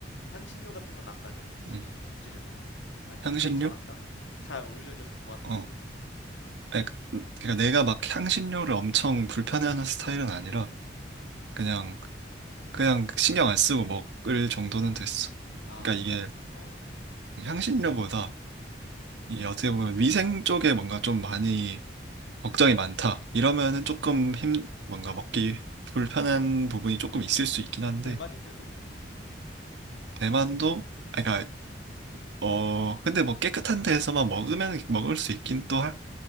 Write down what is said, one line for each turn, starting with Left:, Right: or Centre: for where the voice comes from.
Left: 향신료 같은 건 안 강해? 음식이
Right: 음.
Left: 전체적으로? 아니면
Right: 향신료?
Left: 괜찮았다? 잘 어울려져서 좋았다,
Right: 어.
Left: 뭐 이런 거야?
Right: 그러니까 그러니까 내가 막 향신료를 엄청 불편해하는 스타일은 아니라,
Left: 음,
Right: 그냥 그냥 신경 안 쓰고 먹을 정도는 됐어.
Left: 아,
Right: 그러니까 이게
Left: 가, 어,
Right: 향신료보다
Left: 음.
Right: 이게 어떻게 보면 위생 쪽에 뭔가 좀 많이 걱정이 많다. 이러면은 조금 힘 뭔가 먹기 불편한 부분이 조금 있을 수 있긴 한데
Left: 대만인데도?
Right: 대만도 아 그러니까 어 근데 뭐 깨끗한 데에서만 먹으면 먹을 수
Left: 음,
Right: 있긴 또 하-